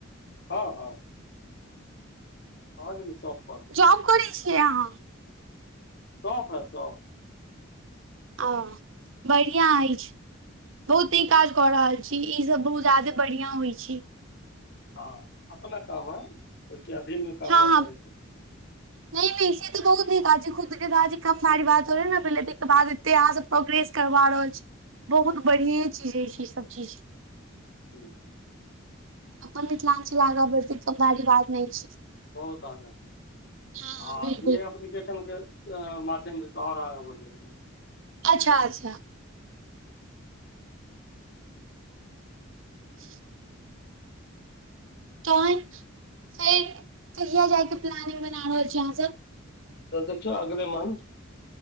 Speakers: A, on the left (about 55°); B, on the right (about 65°).
A: हँ हँ हँ गेली चौकपअ
B: जॉब कर छिय अहाँ
A: हं हं सब <unintelligible>
B: अं बढ़िआँ अछि बहुत नीक काज कऽ रहल छी ई सब बहुत ज्यादे बढ़िया होइ छै
A: हँ अपना काम है ओहिके अधीन मे काम
B: हँ
A: नहि
B: हँ
A: करेके
B: नहि नहि से तऽ बहुत निक काजी खुदाजी कम सारी बात हो रहै ने पहि बाद एते यहाँ प्र करबा रहल छी बहुत बढ़िए चीज होय छै ई सब चीज
A: जी <inaudible>
B: अपन मिथिलाञ्चल आगाँ बढ़ते की बात नहि छै
A: बहुत आगा
B: हँ
A: आ
B: बिलकुल
A: ई एप्लीकेशन के मध्यम द तार बर <unintelligible>
B: अच्छा अच्छा <inaudible> तहन फेर कहिआ जायके प्लानिंग बना रहल छी अहां सब
A: तऽ देखियौ अगले मंथ